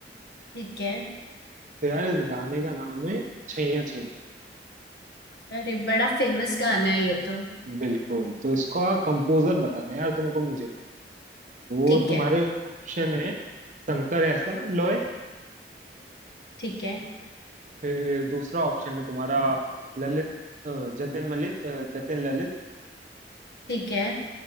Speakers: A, on the left (about 70°); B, on the right (about 45°).
A: ठीक है
B: तो यार इस गाने का नाम है छैया छैया
A: अरे बड़ा फेमस गाना है ये तो
B: बिल्कुल तो इसका कंपोजर बताना है यार तुमको मुझे तो वो
A: ठीक
B: तुम्हारे
A: है
B: ऑप्शन है शंकर एहसान लोय
A: ठीक है
B: फिर दूसरा ऑप्शन है तुम्हारा ललित अ, जतिन मलिक अ, जतिन ललित
A: ठीक है